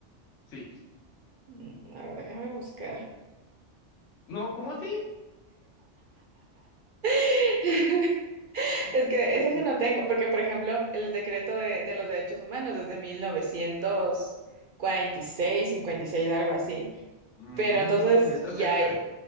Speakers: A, on the left (about 75°); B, on the right (about 55°).
A: Sí.
B: Mm, A ver, déjame buscar.
A: No, ¿cómo así?
B: <laughs>
A: <laughs>
B: Es que eso sí no tengo, porque por ejemplo, el decreto de, de los derechos humanos desde mil novecientos cuarenta y seis cincuenta y seis, algo así.
A: Mm,
B: Pero entonces
A: está
B: ya
A: cerca.
B: hay-